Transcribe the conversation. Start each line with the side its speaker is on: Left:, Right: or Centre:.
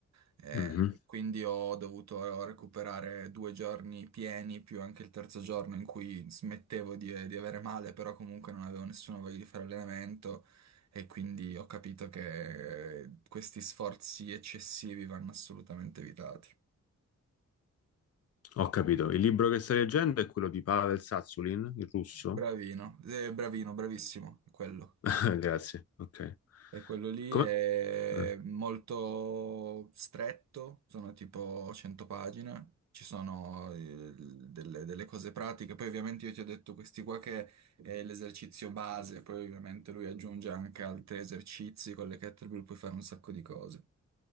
Right: Eh,
Left: mhm,
Right: quindi ho dovuto recuperare due giorni pieni, più anche il terzo giorno in cui smettevo di, di avere male, però comunque non avevo nessuna voglia di fare allenamento e quindi ho capito che eh, questi sforzi eccessivi vanno assolutamente evitati.
Left: ho capito. Il libro che stai leggendo è quello di Pavel Satsulin, il russo?
Right: Bravino, eh, bravino, bravissimo, quello.
Left: <laughs> Grazie, ok.
Right: E quello lì
Left: Come?
Right: è
Left: Mm,
Right: molto stretto, sono tipo 100 pagine, ci sono eh, delle, delle cose pratiche, poi ovviamente io ti ho detto questi qua che è l'esercizio base, poi ovviamente lui aggiunge anche altri esercizi, con le kettlebell puoi fare un sacco di cose.